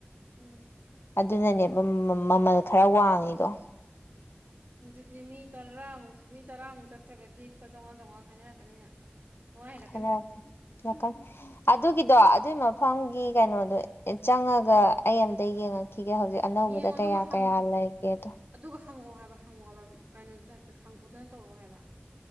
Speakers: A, on the right; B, on the left.
A: ꯎꯝ
B: ꯑꯗꯨꯅꯅꯦꯕ ꯃꯃꯜ ꯈꯔ ꯋꯥꯡꯉꯤꯗꯣ
A: ꯑꯗꯨꯗꯤ ꯃꯤ ꯇꯔꯥꯃꯨꯛ ꯃꯤ ꯇꯔꯥꯃꯨꯛ ꯆꯠꯇ꯭ꯔꯒꯗꯤ ꯂꯨꯄꯥ ꯆꯧꯉꯥ ꯆꯧꯉꯒ ꯈꯥꯏꯅꯔꯛꯀꯅꯤꯅꯦ ꯆꯥꯝꯃꯉꯥ ꯍꯦꯜꯂꯛꯀꯅꯤ
B: ꯍꯜꯂꯛ ꯑꯗꯝ ꯉꯥꯇꯪ ꯑꯗꯨꯒꯤꯗꯣ ꯑꯗꯨꯒꯤ ꯃꯐꯝꯒꯤ ꯀꯩꯅꯣꯗꯣ ꯆꯪꯉꯒ ꯑꯩ ꯑꯝꯇ ꯌꯦꯡꯉꯦ ꯈꯤꯒꯦ ꯍꯧꯖꯤꯛ ꯑꯅꯧꯕꯗ
A: ꯌꯦꯡꯉꯣ
B: ꯀꯌꯥ
A: ꯑꯗꯨꯒ ꯍꯪꯉꯛꯑꯣ
B: ꯀꯌꯥ ꯂꯩꯒꯦꯗ
A: ꯑꯗꯨꯒ ꯍꯪꯉꯛꯑꯣ ꯍꯥꯏꯕ ꯍꯪꯉꯛꯑꯣ ꯍꯥꯏꯕ ꯀꯩꯅꯣꯁꯨ ꯍꯥꯏꯐꯦꯠ ꯈꯪ ꯈꯣꯠꯇꯅ ꯇꯧꯔꯛꯑꯣ ꯍꯥꯏꯕ